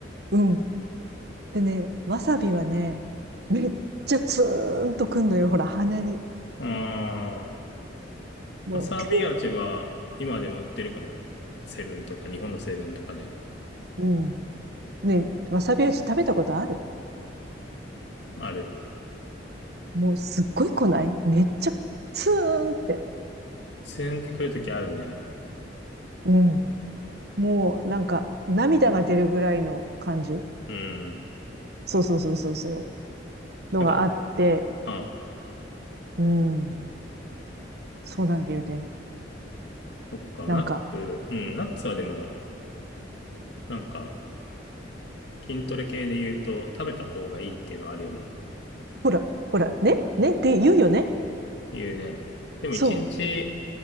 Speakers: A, on the right; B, on the left.
A: うん。でね、わさびはね、めっちゃツーンとくんのよ、ほら、鼻に。
B: あー、
A: もう、
B: わさび味は今でも売ってるかも。
A: キュ
B: セブンとか、日本のセブンとかで。
A: ーン。うん。ね、わさび味食べたことある
B: ある。
A: もう、すっごい来ないめっちゃツーンって。
B: ツーンってくるときあるね。
A: うん。もう、なんか、涙が出るぐらいの感じ。
B: うん。
A: そうそうそうそうそう。のがあって、
B: なんか、あ、
A: うん。そうなんだよね。
B: そっか、
A: なんか、
B: ナッツ、うん、ナッツはでも、なんか、筋トレ系で言うと、食べた方がいいっていうのはあるよね。
A: ほら、ほら、ね、ねって言うよね。
B: 言うね。でも1日
A: そ